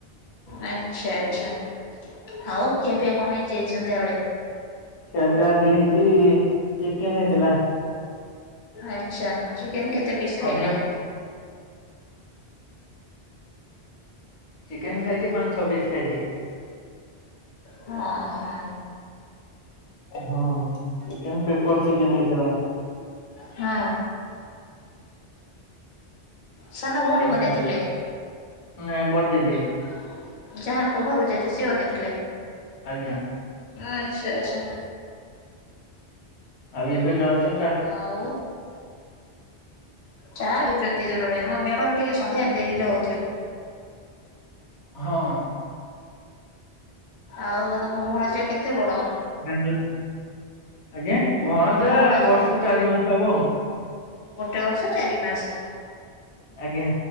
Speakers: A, on the left (about 55°); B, on the left (about 80°).
A: ଆଛା ଆଛା ଆଉ ଖିଆ ପିଆ କଣ ହେଇଚି ଆଜି ସନ୍ଧ୍ୟାବେଳେ?
B: ଖିଆ ପିଆ ଆଜିି ହେଇଛି ଚିକେନ ହେଇଥିଲା।
A: ଆଛା ଚିକେନ କେତେ ପିସ୍
B: ସନ୍ଧ୍ୟା
A: ଖାଇଲେ?
B: ଚିକେନ ଖାଇଛି ପାଞ୍ଚ ଛ ପିସ୍ ଖାଇଛି।
A: ହଁ ହଁ।
B: ହଁ ଚିକେନ ପେପର୍ ଚିକେନ ହେଇଥିଲା।
A: ହଁ। ସାନ ଭଉଣୀ
B: ହୁଁ
A: ବନେଇଥିଲେ?
B: ନାଇଁ ବଡ ଦିଦି
A: ଯାହାଙ୍କ ଘରକୁ ଯାଇଚ ସିଏ ବନେଇଥିଲେ?
B: ଆଜ୍ଞା।
A: ଆଛା ଆଛା।
B: ଆଉ ଏବେ ଜଷ୍ଟ୍
A: ଆଉ। ଚାହା ଦଉଛନ୍ତି ଯେତବେଳେ ହଁ ବେଙ୍ଗ ର ଟିକେ ସନ୍ଧ୍ୟା ଡେରିରେ ହଉଥିବ।
B: ହଁ।
A: ଆଉ ତମ ଭଣଜା କେତେ ବଡ?
B: ବେଙ୍ଗଲୋ ଆଜ୍ଞା ଭଣଜା
A: ଭଣଜ
B: ବର୍ଷେ ଚାରି ମାସ ହବ।
A: ଗୋଟେ ବର୍ଷ ଚାରି ମାସ
B: ଆଜ୍ଞା।